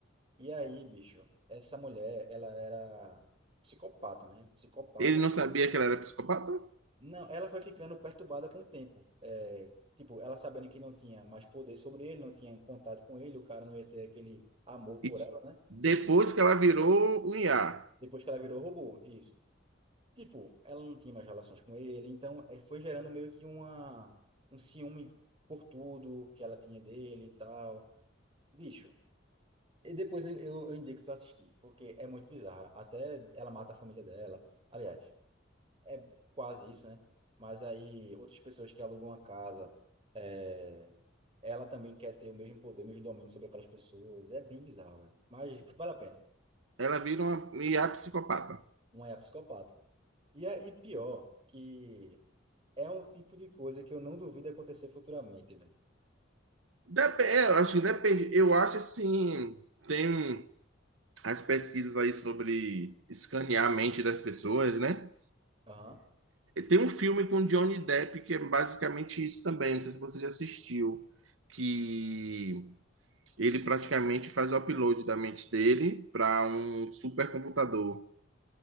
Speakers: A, on the right; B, on the right.
A: E aí, bicho, essa mulher, ela era psicopata, né? Psicopata.
B: Ele não sabia que ela era psicopata?
A: Não, ela foi ficando perturbada com o tempo. É, tipo, ela sabendo que não tinha mais poder sobre ele, não tinha contato com ele, o cara não ia ter aquele amor por
B: E
A: ela né?
B: depois que ela virou um IA.
A: Depois que ela virou robô, isso. Tipo, ela não tinha mais relações com ele, então eh, foi gerando meio que uma, um ciúme por tudo que ela tinha dele e tal. Bicho. E depois eu, eu eu indico tu assistir, porque é muito bizarro. Até ela mata a família dela. Aliás, é quase isso, né? Mas aí outras pessoas que alugam uma casa, eh, ela também quer ter o mesmo poder, o mesmo domínio sobre aquelas pessoas. É bem bizarro, velho. Mas vale a pena.
B: Ela vira uma IA psicopata.
A: Uma é a psicopata. E, é, e pior que É um tipo de coisa que eu não duvido acontecer futuramente, velho.
B: Dep é, eu acho que depende. Eu acho assim. Tem um. as pesquisas aí sobre escanear a mente das pessoas, né?
A: Aham.
B: Tem um filme com Johnny Depp que é basicamente isso também, não sei se você já assistiu, que ele praticamente faz o upload da mente dele para um supercomputador.